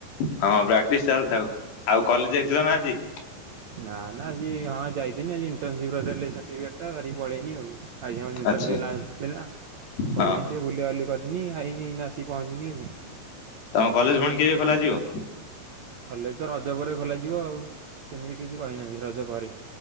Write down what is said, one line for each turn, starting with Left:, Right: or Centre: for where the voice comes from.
Left: ହଁ ପ୍ରାକ୍ଟିସ ଚାଲିଥାଉ ଆଉ କଲେଜ ଯାଇଥିଲ ନା ଆଜି?
Right: ନା ନା ଆଜି ହଁ ଯାଇଥିନି ଆଜି ଇଣ୍ଟରନସିପ ର ଦେଲେ ସାର୍ଟିଫିକେଟ। ଧରିକି ପଳେଆଇନି ଆଉ ଆଜି ଆମର ଇଣ୍ଟର୍ନସିପ୍
Left: ଆଚ୍ଛା
Right: ଲାଷ୍ଟ ଥିଲା। ପଳେଇଆନି
Left: ହଁ
Right: ଟିକେ ବୁଲାବୁଲି କରିନି ଆଇନି ଏଇନା ଆସିକି ପହଞ୍ଚିନି ଆଉ।
Left: ତମ କଲେଜ ଫୁଣି କେବେ ଖୋଲାଯିବ?
Right: କଲେଜ ତ ରଜ ପରେ ଖୋଲାଯିବ ଆଉ। ସେମିତି କିଛି କହିନାହାନ୍ତି ରଜ ପରେ